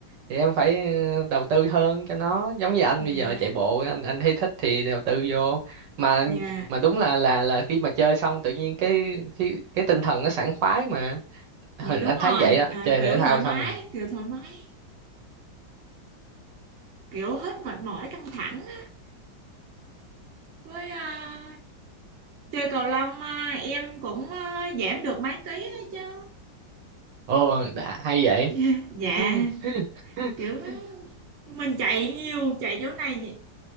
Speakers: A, on the right (about 65°); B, on the right (about 45°).
A: thì em phải ờ, đầu tư hơn cho nó giống như anh
B: dạ
A: bây giờ chạy bộ anh anh thấy thích thì đầu tư vô mà
B: dạ
A: mà đúng là là là khi mà chơi xong tự nhiên cái cái cái tinh thần nó sảng khoái mà
B: dạ
A: Ừ,
B: đúng
A: anh
B: rồi
A: thấy vậy á
B: à,
A: chơi
B: kiểu
A: thể thao
B: thoải mái
A: xong rồi
B: kiểu thoải mái kiểu hết mệt mỏi căng thẳng á. với à, chơi cầu lông à, em cũng à, giảm được mấy ký á chứ
A: ồ đã hay vậy
B: <laughs> dạ
A: <laughs>
B: kiểu mình chạy nhiều chạy chỗ này